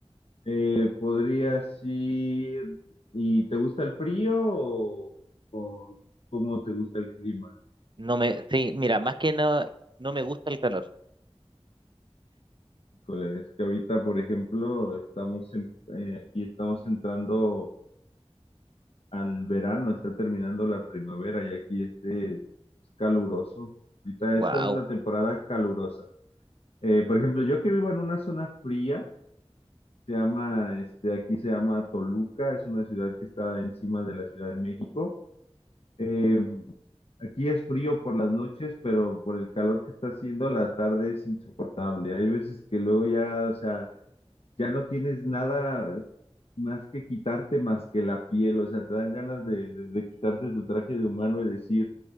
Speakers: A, on the left (about 65°); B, on the right (about 45°).
A: Eh, podrías ir, ¿y te gusta el frío o, o cómo te gusta el clima?
B: No me, sí, mira, más que no, no me gusta el calor.
A: Híjole, es que ahorita, por ejemplo, estamos en- eh, aquí estamos entrando al verano, está terminando la primavera y aquí este es caluroso. Ahorita
B: Wow,
A: esta es la temporada calurosa. Eh, por ejemplo, yo que vivo en una zona fría, se llama, este, aquí se llama Toluca, es una ciudad que está encima de la Ciudad de México. Eh, aquí es frío por las noches, pero por el calor que está haciendo, la tarde es insoportable. Hay veces que luego ya, o sea, ya no tienes nada más que quitarte más que la piel, o sea, te dan ganas de, de- de quitarte tu traje de humano y decir,